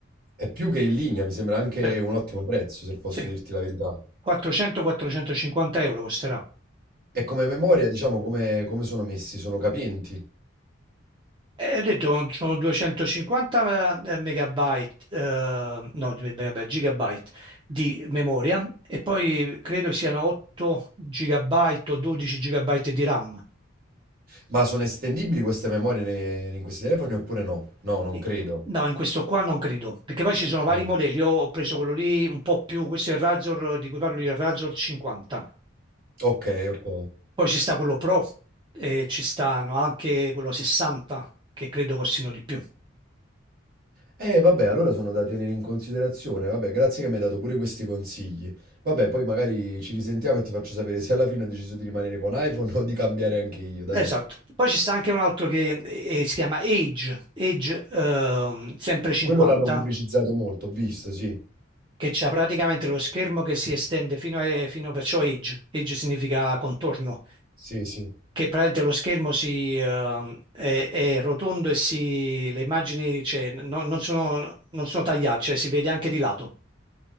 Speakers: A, on the right; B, on the right.
A: è più che in linea, mi sembra anche
B: eh,
A: un ottimo prezzo, se posso
B: sì.
A: dirti la verità.
B: 400-450 euro costerà.
A: E come memoria, diciamo, come, come sono messi? Sono capienti?
B: E ho detto sono 250 megabyte, eh, no, di- megabyte, gigabyte di memoria e poi credo siano 8 gigabyte o 12 gigabyte di RAM.
A: Ma sono estendibili queste memorie ne- in questi telefoni oppure no? No, non
B: E-
A: credo.
B: No, in questo qua non credo, perché poi ci sono vari
A: Ah,
B: modelli. Io ho preso quello lì un po' più, questo è il Razor di cui parlo io, il Razor 50.
A: Ok, ok.
B: Poi ci sta quello Pro e ci stanno anche quello 60 che credo costino di più.
A: Eh, vabbè, allora sono da tenere in considerazione. Vabbè, grazie che mi hai dato pure questi consigli. Vabbè, poi magari ci risentiamo e ti faccio sapere se alla fine ho deciso di rimanere con iPhone o di cambiare anche io, dai.
B: Esatto, poi ci sta anche un altro che eh, eh, si chiama Age, Age ehm, sempre 50,
A: Quello l'hanno pubblicizzato molto, ho visto, sì.
B: che c'ha praticamente lo schermo che si estende fino a, fino- perciò Age, Age significa contorno,
A: Sì, sì.
B: che praticamente lo schermo si, ehm, è, è rotondo e si, le immagini cioè, no- non sono, non sono tagliate, cioè si vede anche di lato.